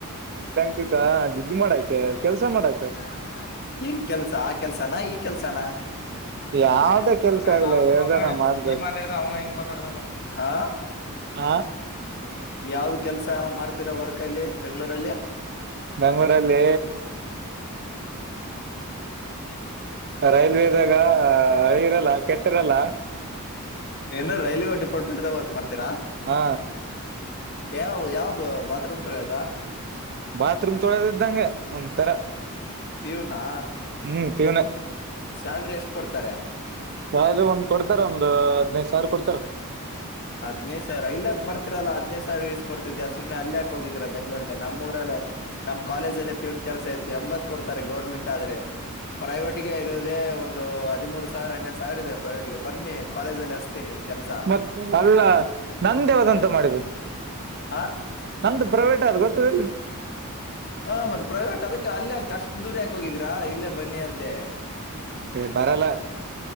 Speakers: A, on the right; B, on the left.
A: ಯಲಕಕ್ಕ ದುಡ್ಡು ಮಾಡಕ್ಕೆ ಕೆಲ್ಸ ಮಾಡಾಕೆ
B: <unintelligible> ಏನ್ ಕೆಲ್ಸ ಆ ಕೆಲ್ಸನಾ ಈ ಕೆಲ್ಸನಾ? <unintelligible>
A: ಯಾವ್ದ ಕೆಲ್ಸ ಆಗ್ಲಿ ಯಾವ್ದಾರ ಮಾಡ್ಬೇಕು
B: ನಿ ಮಾತಾಡಿದ್ರೆ ಅವನು ಹಂಗ್ ಮಾತಾಡತನ <inaudible> ಹಾ
A: ಹಾ
B: ಯಾವ್ದ ಕೆಲ್ಸ ಮಾಡ್ತೀರಾ ವರ್ಕ್ ಅಲ್ಲಿ ಬೆಂಗ್ಗಳೂರಲ್ಲಿ.
A: ಬೆಂಗಳೂರಲ್ಲಿ.... ರೈಲ್ವೆದಾಗ ಹಳಿ ಇರಲ್ಲ ಕೆಟ್ಟಿರಲ್ಲ
B: ಏನ ರೈಲ್ವೆ ಡಿಪ್ಟ್ಮೆಟದಾಗ ವರ್ಕ್ ಮಾಡ್ತರಾ..
A: ಹಾ
B: ಯಾವ ಯಾವ್ದ ಬಾತ್ರೂಮ್ ತೊಳೆಯೋದ.
A: ಬಾತ್ರೂಮ್ ತೊಳದೇ ಇದ್ದಂಗೆ ಒಂಥರ
B: ಪ್ಯೂನಾ
A: ಹ್ಮ್ ತಿಗಣೆ.
B: ಸ್ಯಾಲ್ರಿ ಎಷ್ಟ್ ಕೊಡ್ತಾರೆ.
A: ಸ್ಯಾಲರಿ ಒಂದ್ ಕೊಡ್ತಾರ ಒಂದ್ ಹಾದಿನೈದು ಸಾವಿರ ಕೊಡ್ತಾರೆ.
B: ಹಾದಿನೈದು ಸಾವಿರ ಇಲ್ಲಯಕ್ ಬರ್ತಿರಲ್ಲ ಹದಿನೈದು ಸಾವಿರ ಇಸಿಕೊಡ್ತಿದ್ದೆ ಸುಮ್ನೆ ಅಲ್ಲಯಕ್ ಹೋಗಿದೀರಾ ಬೆಂಗಳೂರಿಗೆ ನಮ್ಮೂರಲ್ಲೇ. ನಮ್ ಕಾಲೇಜ ಅಲ್ಲಿ ಪಿವೋನ್ ಕೆಲಸ ಇತ್ತು ಎಂಬತ್ ಕೊಡ್ತಾರೆ ಗೌರ್ಮೆಂಟ್ ಆದ್ರೆ. ಪ್ರೈವೇಟ್ಗೆ ಇರೋದೇ ಒಂದು ಹದಿಮೂರು ಸಾವಿರ ಹನ್ನೆರಡು. ಸಾವಿರ ಪ್ರೈವೇಟಗೆ ಬನ್ನಿ ಕಾಲೇಜ ಅಲ್ಲಿ ಅಸ್ತೀನಿ ಕೆಲ್ಸ.
A: ಮತ್ ಅಲ್ಲ ನಂದ ಯಾವದಂತ ಮಾಡಿದೆ
B: ಹಾ
A: ನಂದು ಪ್ರೈವೇಟ್ ಆದ ಗೊತ್ತದಲ್ರಿ.
B: ಹ ಮತ್ ಪ್ರೈವೇಟ್ ಅದಕ್ಕೆ ಅಲ್ಲೇ ಅಷ್ಟು ದೂರ ಯಾಕೆ ಹೋಗಿದೀರಾ ಇಲ್ಲೇ ಬನ್ನಿ ಅಂದೆ.
A: ಹೇ ಬರಲ್ಲ.